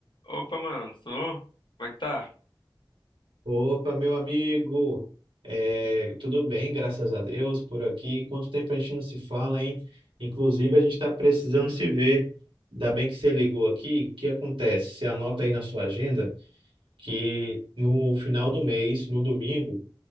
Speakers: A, on the left (about 65°); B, on the right (about 75°).
A: Opa, mano, tudo bom? Como é que tá?
B: Opa, meu amigo, É, tudo bem, graças a Deus, por aqui. Quanto tempo a gente não se fala, hein? Inclusive, a gente está precisando se ver. Ainda bem que você ligou aqui. O que acontece? Você anota aí na sua agenda que no final do mês, no domingo,